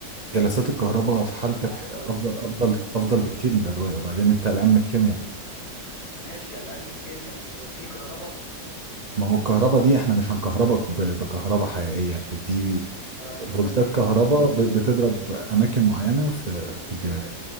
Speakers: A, on the right (about 55°); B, on the left (about 75°).
A: جلسات الكهرباء في حالتك
B: صباح الفل
A: افضل افضل افضل بكتير من الادوية وبعدين انت قلقان من الكيمياء
B: ماشي قلقان من الكيمياء توديني كهرباء
A: ما هو الكهرباء دي احنا مش هنكهربك ب- بكهرباء حقيقية دي
B: امال هتكهربني
A: فولتات
B: ايه
A: كهرباء
B: بنت
A: ب- بتضرب اماكن معينه في في
B: <laughs>
A: الدماغ